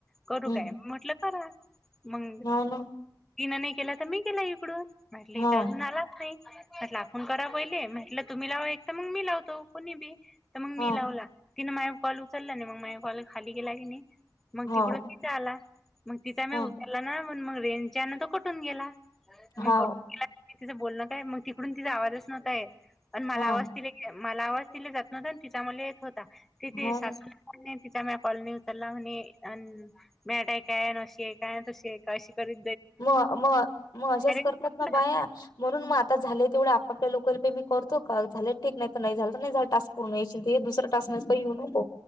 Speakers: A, in the centre; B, on the left (about 70°).
A: करू
B: हम्म
A: काय म्हटलं करा. मग
B: हाव ना.
A: तीन नाही केला तर मी केला इकडून म्हटल
B: हा,
A: हिचा अजून आलाच नाही. म्हटलं आपण करा पहिले म्हटलं तुम्ही लावा एक तर मग मी लावतो कुणी बी. तर मग
B: हा,
A: मी लावला, तिनें माझ कॉल उचलला नाही मग माझ कॉल खाली गेला की नाही. मग
B: हाव,
A: तिकडून तिचा आला मग तिचा मी
B: हा,
A: उचला नाही मग रेंच्यान तो कटून गेला. मग
B: हाव,
A: <unintelligible> बोलणं काय मग तिकडून तिचा आवाजच नव्हता येत आण मला
B: हा,
A: आवाज ति <unintelligible> मला आवाज तिले जात नव्हता तिच्या मले येत होता तिथ
B: हो
A: सासू
B: ना.
A: नाही तिचा म्या कॉल नाही उचला म्हने अन् मॅट आहे काय अशी आहे काय तशी काय शिकायली
B: म म म अशाच करतात
A: म्हटलं
B: ना बाया. म्हणून मग आता झाले तेवढे आपापल्या लोकल पे मी करतो कॉल झाले ठीक नाही, नाही झालं तर नाही झालं टास्. पुर्ण येशिल तेव्हा दुसरा टास्क नस्ता घेऊ नको.